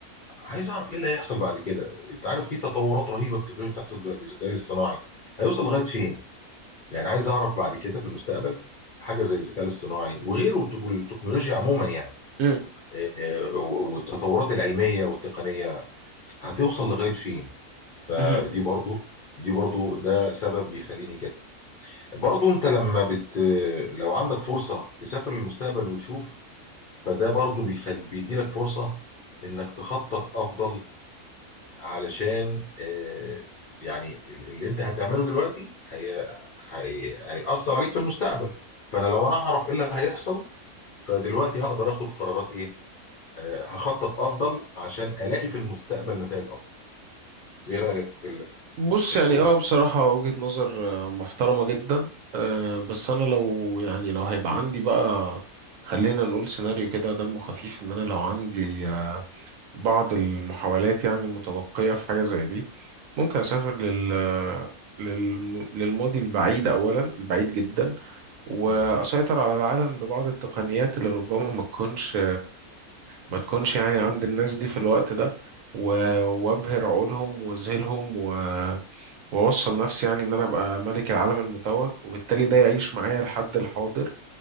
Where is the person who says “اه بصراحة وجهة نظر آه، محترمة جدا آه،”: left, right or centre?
Right